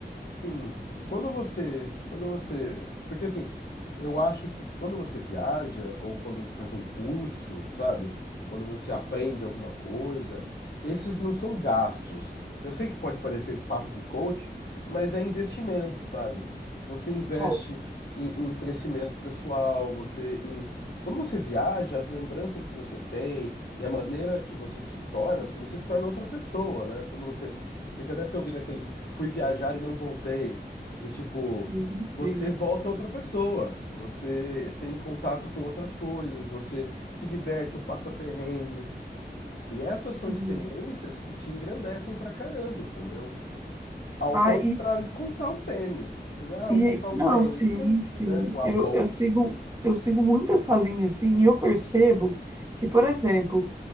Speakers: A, on the left; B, on the right.
A: Sim, quando você, quando você, porque assim, eu acho que quando você viaja ou quando você faz um curso, sabe? Quando você aprende alguma coisa, esses não são gastos. Eu sei que pode parecer papo de coach, mas é investimento, sabe? Você investe
B: Oh,
A: em, em crescimento pessoal, você em Quando você viaja, as lembranças que você tem e a maneira que você se torna, porque você se torna outra pessoa, né? Quando você, você já deve ter ouvido aquele fui viajar e não voltei. Do tipo,
B: sim,
A: você
B: sim.
A: volta outra pessoa, você tem contato com outras coisas, você se diverte ou passa perrengue. E essas
B: sim.
A: são experiências que te engrandecem pra caramba, entendeu? Ao
B: Ah,
A: contrário de comprar um tênis. Ah,
B: E
A: vou comprar um
B: não,
A: tênis,
B: sim, sim.
A: né? Uma
B: Eu,
A: bolsa.
B: eu sigo, eu sigo muito essa linha, assim, e eu percebo que, por exemplo,